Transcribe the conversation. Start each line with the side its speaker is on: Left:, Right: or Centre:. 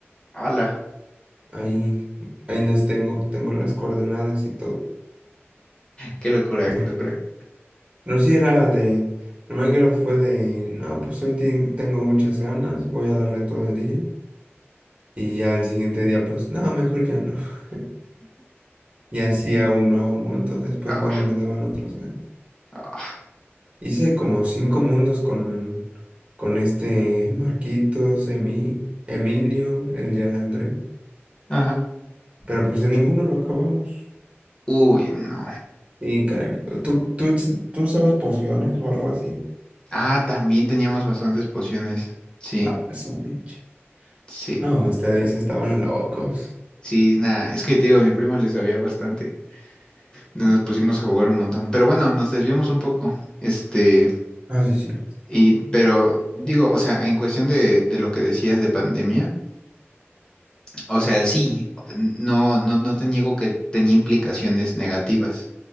Left: ala.
Right: Ahí, ahí las tengo, tengo las coordenadas y todo.
Left: Qué locura,
Right: Pero,
Left: qué locura.
Right: pero sí era de. El Minecraft fue de. No, pues hoy ten- tengo muchas ganas, voy a darle todo el día. Y ya el siguiente día, pues, no, mejor ya no. <laughs> Y hacía un nuevo mundo después
Left: Ah,
Right: cuando me daban otras ganas.
Left: ah,
Right: Hice como cinco mundos con, con este Marquitos, Emi, Emilio, el Yalandre.
Left: ajá.
Right: Pero pues de ninguno lo acabamos.
Left: Uy, no.
Right: Y caray, ¿tú, tú, ch- tú usabas pociones o algo así?
Left: Ah, también teníamos bastantes pociones. Sí,
Right: A su mecha.
Left: sí,
Right: No, ustedes estaban locos.
Left: sí, nada. Es que te digo, a mi primo le sabía bastante. No, Nos pusimos a jugar un montón. Pero bueno, nos desviamos un poco. Este,
Right: Ah, sí, es cierto.
Left: y, pero digo, o sea, en cuestión de, de lo que decías de pandemia, o sea, sí, no, no, no te niego que tenía implicaciones negativas.